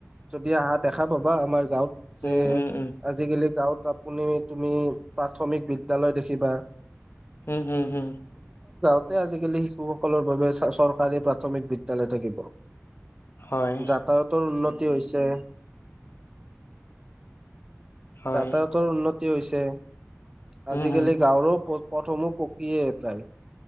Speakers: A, on the right; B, on the left.
A: যদি আহা দেখা পাবা আমাৰ যাওঁত
B: উম
A: যে
B: উম উম উম
A: আজিকালি গাঁওত তুনি তুমি প্ৰাথমিক বিদ্যালয় দেখিবা
B: উম উম হম
A: তে আজিকালি শিশুসকলৰ বাবে চৰকাৰী প্ৰাথমিক বিদ্যয়ালয় থাকিব
B: হয়
A: যাতায়তৰ উন্নতি হৈছে
B: হয়
A: যাতায়তৰ উন্নতি হৈছে
B: উম
A: আজিকালি
B: হম
A: গাঁৱৰ পথসমূহ পকীয়ে